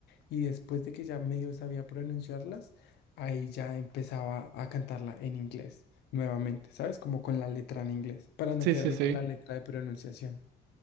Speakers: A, on the left (about 75°); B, on the right (about 85°).
A: y después de que ya medio sabía pronunciarlas, ahí ya empezaba a cantarla en inglés nuevamente, ¿sabes? Como con la letra en inglés, para no
B: Sí,
A: quedarme
B: sí, sí.
A: con la letra de pronunciación.